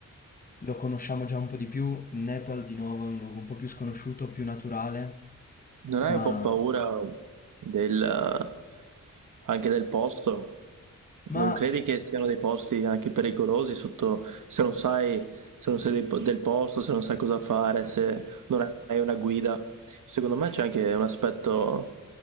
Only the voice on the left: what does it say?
lo conosciamo già un po' di più, il Nepal di nuovo è un luogo un po' più sconosciuto, più naturale,
ma,
ma